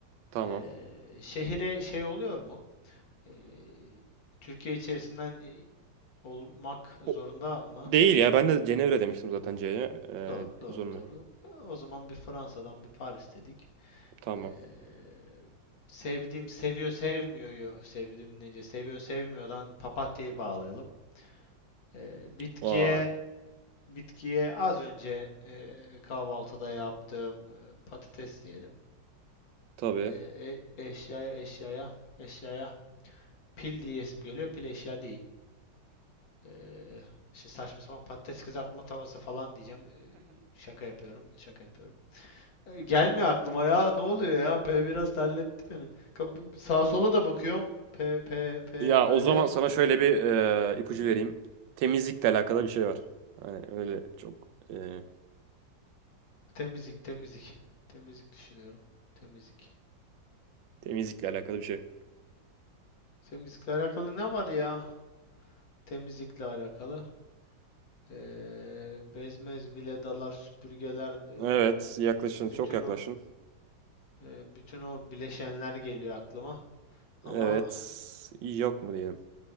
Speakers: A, on the right; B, on the left.
A: tamam.
B: Ee, şehire şey oluyor mu? Ee, Türkiye içerisinden e, olmak zorunda
A: O-
B: mı?
A: Değil ya ben de Cenevre demiştim zaten C'ye. Ee,
B: Doğru, doğru,
A: zorunlu.
B: doğru. O zaman bir Fransa'dan bir Paris dedik.
A: Tamam.
B: Eee, sevdiğim seviyor sevmiyor sevdiğim nece seviyor sevmiyordan papatyayı bağlayalım. Eee, bitkiye
A: Vay.
B: bitkiye az önce eee, kahvaltıda yaptığım eee, patates diyelim.
A: Tabii.
B: Eee, e- eşyaya eşyaya eşyaya pil diyesim geliyor. Pil eşya değil. Eee şimdi saçma sapan patates kızartma tavası falan diyeceğim. Eee, şaka yapıyorum. Şaka yapıyorum. E, Gelmiyor aklıma ya. Ne oluyor ya? P biraz terletti beni. Kap- Sağa sola da bakıyorum. P P P
A: Ya
B: böyle
A: o zaman sana şöyle bir e, ipucu
B: E,
A: vereyim. Temizlikle alakalı bir şey var. Hani öyle çok e,
B: temizlik temizlik. Temizlik düşünüyorum. Temizlik.
A: temizlikle alakalı bir şey.
B: Temizlikle alakalı ne var ya? Temizlikle alakalı. E, bezmez viledalar, süpürgeler, e,
A: Evet, yaklaşın,
B: bü- bütün
A: çok yaklaşın.
B: o e, bütün o bileşenler geliyor aklıma. Ama
A: Evet, yok mu diyelim.